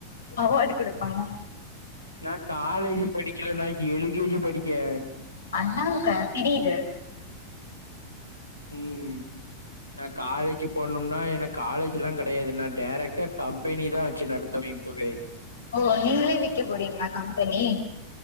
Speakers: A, on the left (about 70°); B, on the left (about 85°).
A: அவார்டு கொடுப்பாங்க
B: நா காலேஜ் படிக்கல நா எல் கே ஜி படிக்கே
A: ஆனாங்க இது இது
B: ம் நா காலேஜ் போனும்னா எனக்கு காலேஜ் எல்லா கிடையாது என்னா டைரக்டா கம்பெனி தா வச்சு நடத்துவே தோழி
A: ஓ நீங்களே வெக்க போறீங்களா கம்பெனி